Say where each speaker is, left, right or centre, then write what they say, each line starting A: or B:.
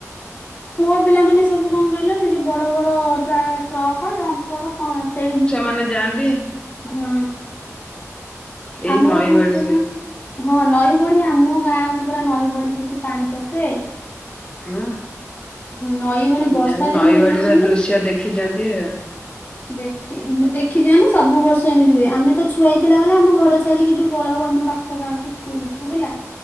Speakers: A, on the left; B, on the left.
A: ପୁଅ ପିଲା ମାନେ ସବୁ କଣ କହିଲ ସେ ଯୋଉ ବଡ଼ ବଡ଼ ଟ୍ରା ଟ୍ରକ ଡ୍ରମ୍ଫର କଣ ସେଇ
B: ମାନେ ଯାଆନ୍ତି।
A: ହୁଁ।
B: ଏଇ
A: ଆମର
B: ନଈବଡିରେ
A: କଣ କହିଲ। ହଁ ନଈ ବଢ଼ି ଆମ ଗାଁକୁ ପୁରା ନଈ ବଢ଼ି ହେଇକି ପାଣି ପସେ।
B: ହଁ
A: ନଈ ମାନେ ବର୍ଷା
B: ଯା ହଉ
A: ଦିନ
B: ନଈ
A: ହେଲା
B: ଗଡିର
A: ମାନେ
B: ଦୃଶ୍ୟ ଦେଖିଚନ୍ତି ଆଉ।
A: ଦେଖି ଦେଖିଚି ମାନେ ସବୁ ବର୍ଷ ଏମିତି ହୁଏ ଆମେ ତ ଛୁଆ ହେଇଥିଲା ବେଳେ ଆମ ଘର ଛାଡିକିରି ପଳାଉ ଆମ ପାଖ ପାଖ ଗାଁକୁ ସ୍କୁଲୁ କୁ ଗଲା।